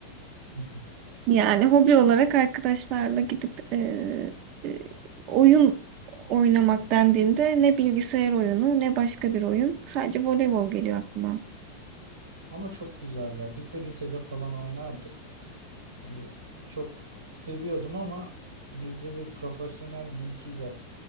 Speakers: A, on the right; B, on the right.
A: <laughs>
B: Yani hobi olarak arkadaşlarla gidip e, e, oyun oynamak dendiğinde ne bilgisayar oyunu ne başka bir oyun. Sadece voleybol geliyor aklıma.
A: Ama çok güzel ya. Biz de lisede falan oynardık. Hani çok seviyordum ama bizde de profesyonel bir iki yap